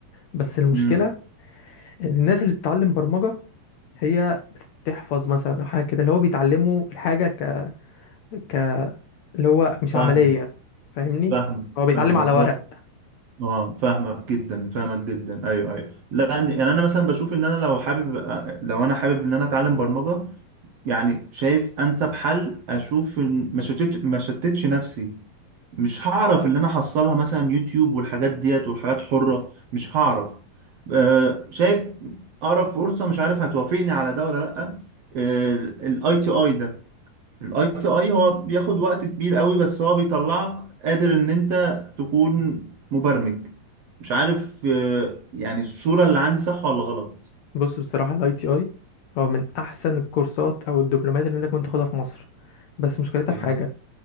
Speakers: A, on the left; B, on the right.
A: بس المشكلة
B: امم
A: ان الناس اللي بتتعلم برمجة هي بتحفظ مثلا او حاجه كده اللي هو بيتعلموا الحاجه ك... ك اللي هو مش
B: فاهمك
A: عمليه يعني، فاهمني
B: فاهمك
A: هو بيتعلم
B: فاهمك
A: على ورق
B: اه فاهمك جدا فاهمك جدا ايوه ايوه لا أنا- يعني انا مثلا بشوف ان انا لو حابب آه، لو انا حابب ان انا اتعلم برمجه يعني شايف انسب حل اشوف إن- ما شتت ما شتتش نفسي مش هعرف اللي انا حصلها مثلا يوتيوب والحاجات ديت والحاجات حره مش هعرف آه، شايف اقرب فرصه مش عارف هتوافقني على ده ولا لا الاي تي اي ده الاي تي اي هو بياخد وقت كبير قوي بس هو بيطلعك قادر ان انت تكون مبرمج مش عارف آه، يعني الصورة اللي عندي صح ولا غلط
A: بص بصراحه الاي تي اي هو من احسن الكورسات او الدبلومات اللي انت كنت تاخدها في مصر بس مشكلتها
B: اوكي
A: في حاجه